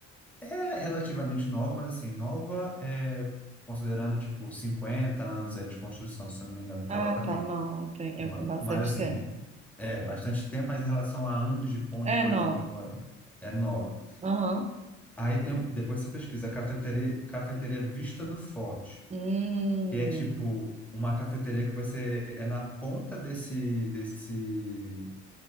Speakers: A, in the centre; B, on the right.
A: Ela é relativamente nova, mas assim, nova é considerando, tipo, 50 anos aí de construção, se eu não me engano, que
B: Ah,
A: ela
B: tá.
A: tem.
B: Não, tem,
A: Ma-
B: é é bastante
A: Mas assim,
B: tempo.
A: é bastante tempo, mas em relação a anos de ponte,
B: É,
A: por
B: não.
A: exemplo, é nova.
B: Aham.
A: Aí tem, um- depois você pesquisa cafeteria, cafeteria Vista do Forte,
B: Hum.
A: que é tipo uma cafeteria que você é na ponta desse, desse,